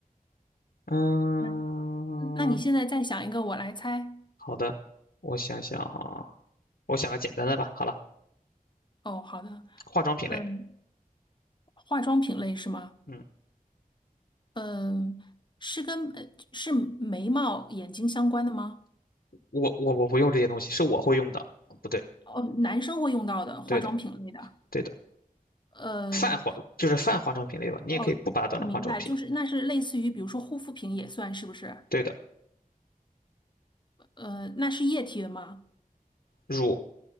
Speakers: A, on the left (about 80°); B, on the left (about 30°).
A: 嗯，
B: 嗯。嗯那你现在再想一个，我来猜。
A: 好的，我想想哈，我想个简单的吧。好了，
B: 哦，好的，
A: 化妆品类，
B: 嗯，化妆品类是吗？
A: 嗯，
B: 嗯，是跟呃是眉毛、眼睛相关的吗？
A: 我我我不用这些东西，是我会用的。不对，
B: 哦，男生会用到的化妆品类的。
A: 对的，对的，
B: 呃，
A: 泛化就是泛化妆品类吧，你也可以不把它当成化妆品。
B: 哦，我明白，就是那是类似于，比如说护肤品也算是不是？
A: 对的，
B: 呃，那是液体的吗？
A: 乳，